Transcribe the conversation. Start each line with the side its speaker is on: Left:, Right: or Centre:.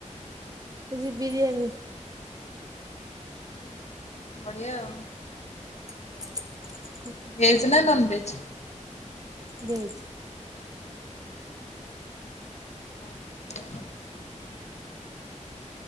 Right: ଆଜି ବିରିୟାନି।
Left: ବଢିଆ ଆଉ।
Right: <inaudible>
Left: ଭେଜ ନା ନନ ଭେଜ?
Right: ଭେଜ।
Left: <inaudible>